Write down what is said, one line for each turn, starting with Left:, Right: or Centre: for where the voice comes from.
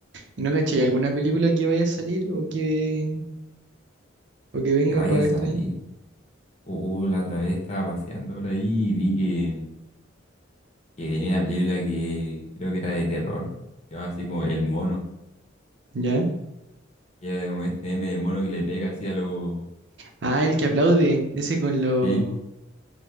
Right: ¿Y no caché alguna película que vaya a salir o que, o que venga
Left: Que vaya
Right: para
Left: a salir.
Right: esto año?
Left: Uh, la otra vez estaba paseando por ahí y vi que, que venía una película que creo que era de terror. Que va así como El Mono.
Right: ¿Ya?
Left: que era como este meme del mono que le pega así a los...
Right: Ah, el que aplaude, ese con los...
Left: Sí,